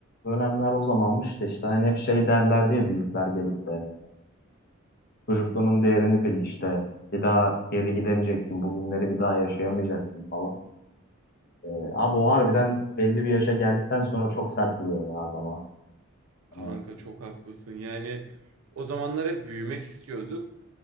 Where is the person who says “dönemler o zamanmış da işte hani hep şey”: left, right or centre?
Left